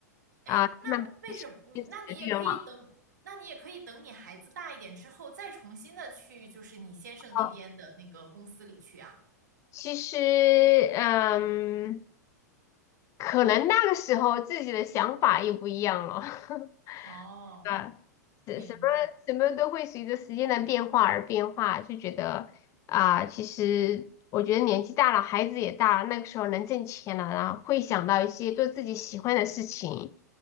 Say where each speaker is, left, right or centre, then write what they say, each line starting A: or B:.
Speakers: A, on the right; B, on the left.
A: 哎，
B: 啊，
A: 那为什么你？
B: 慢慢实现自己的愿望。
A: 那你也可以等，那你也可以等你孩子大一点之后，再重新的去，就是你先生那边的那个公司里去啊。
B: 哦，其实嗯，可能那个时候自己的想法也不一样了。<laughs>
A: 哦，
B: 啊，什什么什么都会随着时间的变化而变化，
A: 明白。
B: 就觉得啊、其实我觉得年纪大了，孩子也大了，那个时候能挣钱了，然后会想到一些做自己喜欢的事情，